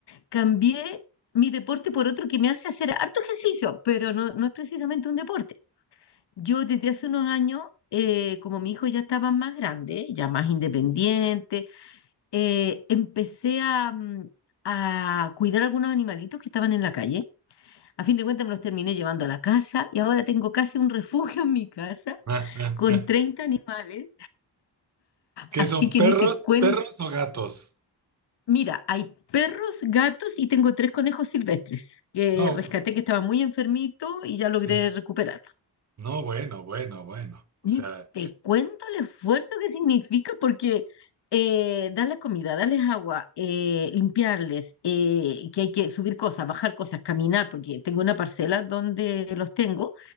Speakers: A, on the left; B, on the right.
A: cambié mi deporte por otro que me hace hacer harto ejercicio, pero no, no es precisamente un deporte. Yo desde hace unos años, eh, como mi hijo ya estaba más grande, ya más independiente, eh, empecé a, mm, a cuidar algunos animalitos que estaban en la calle. A fin de cuentas me los terminé llevando a la casa y ahora tengo casi un refugio en mi casa
B: <laughs>
A: con 30 animales.
B: ¿Qué
A: Así
B: son
A: que
B: perros,
A: ni te cuento.
B: perros o gatos?
A: Mira, hay perros, gatos y tengo tres conejos silvestres que
B: No,
A: rescaté que estaban muy enfermitos y ya logré
B: sí.
A: recuperar.
B: No, bueno, bueno, bueno. O
A: Ni
B: sea,
A: te cuento el esfuerzo que significa porque eh, darles comida, darles agua, eh, limpiarles, eh, que hay que subir cosas, bajar cosas, caminar, porque tengo una parcela donde los tengo,